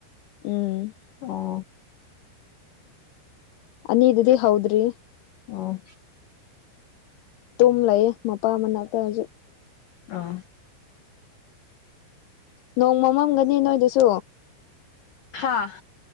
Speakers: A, on the left; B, on the left.
A: ꯎꯝ
B: ꯑꯣ
A: ꯑꯅꯤ ꯗꯨꯗꯤ ꯍꯧꯗ꯭ꯔꯤ꯫
B: ꯑꯣ
A: ꯇꯨꯝ ꯂꯩꯌꯦ ꯃꯄꯥ ꯃꯅꯥꯛꯇ ꯍꯧꯖꯤꯛ꯫
B: ꯑꯧ
A: ꯅꯣꯡ ꯃꯝꯃꯝꯒꯅꯤ ꯅꯣꯏꯗꯁꯨ꯫
B: ꯍꯥꯥ?